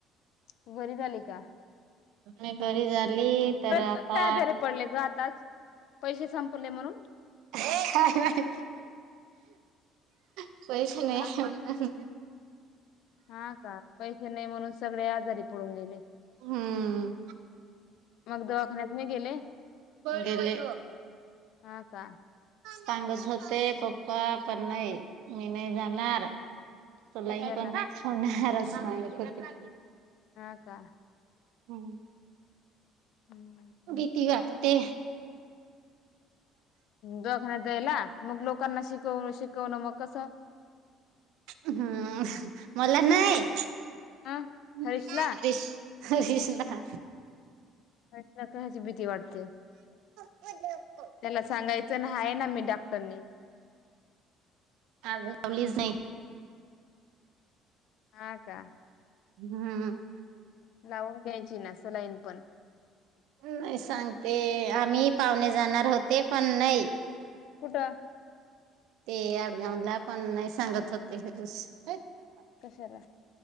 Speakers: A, on the left (about 65°); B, on the right (about 80°).
A: तू बरी झाली का.
B: मी बरी झाली तर
A: बरच
B: आता,
A: कस काय आजारी पडले ग आताच पैसे संपले म्हणून?
B: हायय <inaudible> पैसे नाही
A: हा
B: म
A: हा का पैसे नाही, म्हणून सगळे आजारी पडून गेले.
B: हम्म
A: मग दवाखान्यात नाही गेले.
B: दिले.
A: हा का
B: सांगत होते पप्पा पण नाही मी नाही जाणार. सलाईन
A: कशाला
B: पण होणारच नाही.
A: हा का.
B: हम्म.
A: हम्म
B: भीती वाटते.
A: दवाखान्यात जायला मग लोकांना शिकव, शिकवणं, मग कसं
B: हम्म मला नाही.
A: ह
B: <unintelligible>
A: हरीशला
B: हरीष ला
A: हर्षला कशाची भीती वाटते.
B: हा <inaudible>
A: त्याला सांगायचं ना, आहे ना मी डॉक्टरनी
B: आज लावलीच नाही.
A: हा का.
B: हम्म.
A: लावून घ्यायची ना, सलाईन पण
B: नाही सांगते आम्ही पाहुणे जाणार होते. पण नाही
A: कुठं?
B: ते आडगावला पण नाही सांगत होते. <unintelligible>
A: कशाला?